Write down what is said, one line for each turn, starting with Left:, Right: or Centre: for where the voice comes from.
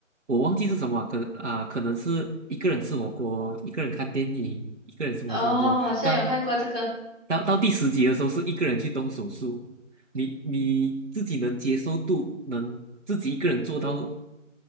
Right: 我忘记是什么啊可能啊、可能是一个人吃火锅，一个人看电影，一个人什么什么什么。
Centre: 哦，我好像有看过这个。
Right: 到到到第十级的时候，是一个人去动手术。你你自己能接受度，能自己一个人做到